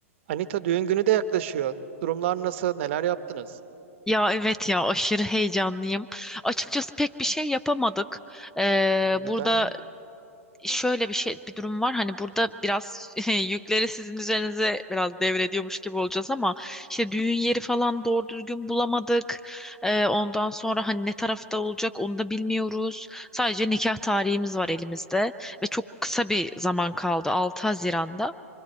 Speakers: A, on the right (about 55°); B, in the centre.
A: Anita düğün günü de yaklaşıyor. Durumlar nasıl? Neler yaptınız?
B: Ya evet ya aşırı heyecanlıyım. Açıkçası pek bir şey yapamadık. Ee,
A: Neden
B: burada
A: ya?
B: şöyle bir şey bir durum var. Hani burada biraz <laughs> yükleri sizin üzerinize biraz devrediyormuş gibi olacağız ama işte düğün yeri falan doğru düzgün bulamadık. Ee, ondan sonra hani ne tarafta olacak onu da bilmiyoruz. Sadece nikah tarihimiz var elimizde ve çok kısa bir zaman kaldı 6 Haziran'da.